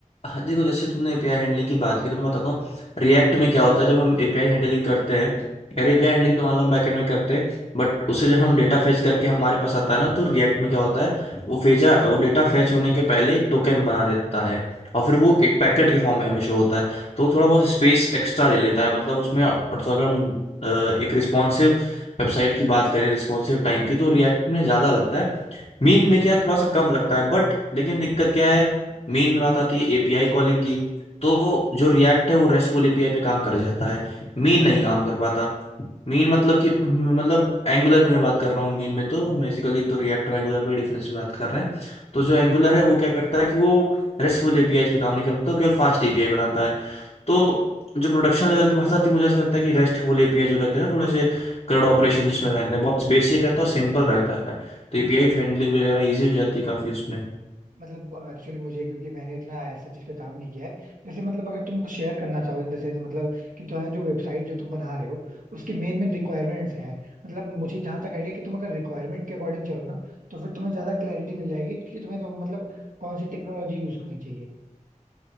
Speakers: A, on the left (about 45°); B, on the right (about 75°).
A: हाँ, देखो जैसे तुमने एपीआई हैंडलिंग की बात की तो मैं बताता हूँ रिएक्ट में क्या होता है जब हम एपीआई हैंडलिंग करते हैं यार एपीआई हैंडलिंग तो मान लो हम बैकएंड में करते हैं बट उसे जब हम डेटा फैच करके हमारे पास आता है ना तो रिएक्ट में क्या होता है वो फेचा वो डेटा फैच होने के पहले एक टोकन बना देता है और फिर वो एक पैकेट के फॉर्म में हमेशा होता है तो वो थोड़ा बहुत स्पेस एक्स्ट्रा ले लेता है मतलब उसमें और तो अगर हम अ, एक रिस्पॉन्सिव वेबसाइट की बात करें रिस्पॉन्सिव टाइम की तो रिएक्ट में ज़्यादा लगता है मीन में क्या है थोड़ा सा कम लगता है बट लेकिन दिक्कत क्या है मीन में बात आती है एपीआई कॉलिंग की तो जो रिएक्ट है वो रेस्टफुल एपीआई पे काम कर जाता है मीन नहीं
B: अच्छा
A: काम कर पाता मीन मतलब कि मतलब एंगुलर की मैं बात कर रहा हूँ मीन में तो बेसिकली तो रिएक्ट और एंगुलर पे डिफरेंस की बात कर रहे हैं तो जो एंगुलर है वो क्या करता है कि वो रेस्टफुल एपीआई पे काम नहीं करता वो केवल फास्ट एपीआई बनाता है तो जो प्रोडक्शन लेवल की भाषा थी मुझे ऐसा लगता है कि रेस्टफुल एपीआई जो रहते हैं ना थोड़े से क्रड ऑपरेशन जिसमें रहते हैं बहुत बेसिक रहता है और सिंपल रहता है तो एपीआई
B: अच्छा अच्छा
A: हैंडलिंग वगैरह ईजी हो जाती है काफी उसमें
B: मतलब एक्चुअली मुझे क्योंकि मैंने इतना ऐसा चीज पे काम नहीं किया है वैसे मतलब अगर तुमको शेयर करना चाहो इन द सेंस मतलब कि तुम्हारी जो वेबसाइट जो तुम बना रहे हो उसकी मेन मेन रिक्वायरमेंट्स क्या है मतलब मुझे जहां तक आइडिया कि तुम अगर रिक्वायरमेंट के अकॉर्डिंग चलो ना तो फिर तुम्हें ज्यादा क्लैरिटी मिल जाएगी कि तुम्हें तो मतलब कौन सी टेक्नोलॉजी यूज करनी चाहिए